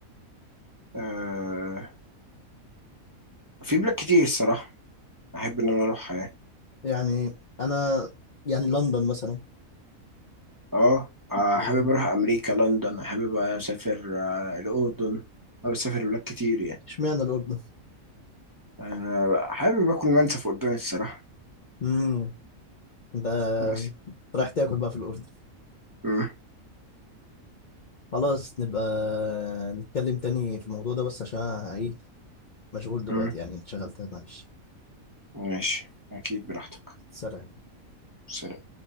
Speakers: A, on the right; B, on the left.
A: آه، في بلاد كتير الصراحة أحب إن أنا أروحها يعني
B: يعني انا يعني لندن مثلا
A: أه آه،
B: مم.
A: حابب أروح أمريكا لندن حابب أسافر أه الأردن حابب أسافر بلاد كتير يعني
B: اشمعنى الاردن
A: أه حابب آكل منسف قدامي الصراحة
B: امم ده
A: بس
B: رايح تاكل بقى في الاردن
A: مم.
B: خلاص نبقى نتكلم تاني في الموضوع ده بس عشان أنا ايه مشغول دلوقتي
A: مم.
B: يعني اتشغلت معلش
A: ماشي أكيد براحتك
B: سلام
A: سلام